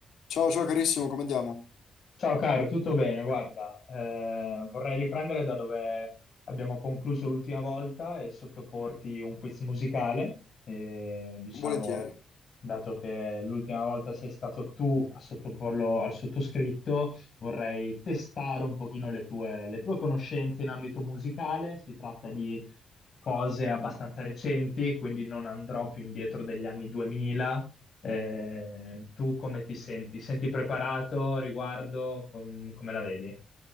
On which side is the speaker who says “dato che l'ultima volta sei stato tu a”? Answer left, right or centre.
Left